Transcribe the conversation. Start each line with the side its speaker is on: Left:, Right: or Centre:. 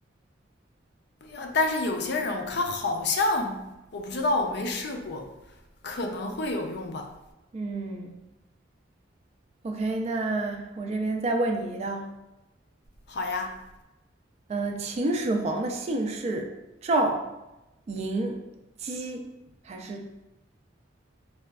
Left: 呃但是有些人我看好像我不知道，我没试过，可能会有用吧。
Right: 嗯，OK，那我这边再问你一道，
Left: 好呀，
Right: 嗯、呃秦始皇的姓是赵、嬴、姬还是